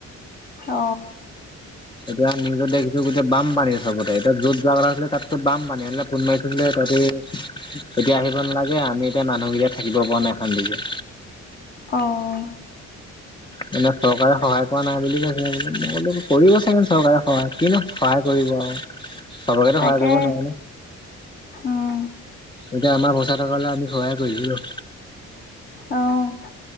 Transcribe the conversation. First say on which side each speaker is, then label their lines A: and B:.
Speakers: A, on the left; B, on the left.
A: অঁ!
B: এতিয়া নিজৰ দেখছো গোটেই বামপানী চবতে এতিয়া য'ত যোৱা কথা আছিলে তাততো বামপানী সেইবিলাক। ফোন মাৰিছিলে তহতি এতিয়া আহিব নালাগে আমি এতিয়া মানুহকেইটা থাকিব পৰা নাই এখন লৈকে।
A: অঁ!
B: মানে চৰকাৰে সহায় কৰা নাই বুলি কৈছে বল কৰিব চাগে চৰকাৰে সহায় কিনো সহায় কৰিব আও। চবকেতো
A: তাকে
B: সহায় কৰিব নোৱাৰি ন।
A: উম
B: এতিয়া আমাৰ পইচা থকা হ'লে আমি সহায় কৰিলো নহ।
A: অঁ!